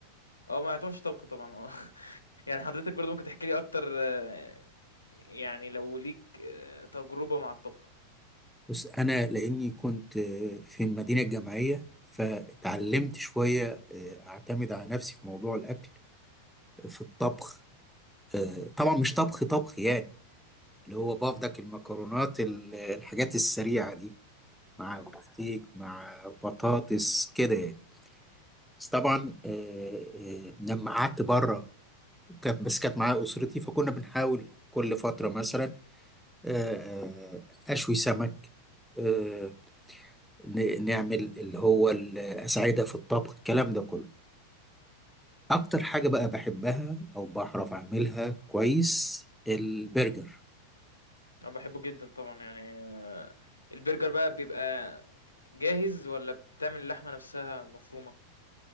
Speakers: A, on the left; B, in the centre.
A: آه، ما يعتبرش طبخ طبعًا آه. <laughs> يعني حضرتك برضه ممكن تحكي لي أكتر آه، يعني لو ليك آه، تجربة مع الطبخ؟
B: بس أنا لأني كنت آه، في المدينة الجامعية فتعلمت شوية آه، أعتمد على نفسي في موضوع الأكل في الطبخ آه، طبعا مش طبخ طبخ يعني اللي هو بافضك المكرونات ال- الحاجات السريعة دي مع
A: إمم.
B: بفتيك مع بطاطس كده يعني بس طبعا آه، آه، لما قعدت بره كانت بس كانت معايا أسرتي فكنا بنحاول كل فترة مثلا آه، آه، أشوي سمك آه، ن- نعمل اللي هو الأساعدة في الطبخ الكلام ده كله أكتر حاجة بقى بحبها أو بعرف أعملها كويس البرجر
A: أنا باحبه جدًا طبعًا يعني آه، البرجر بقى بيبقى جاهز والّا بتعمل اللحمة نفسها مفرومة؟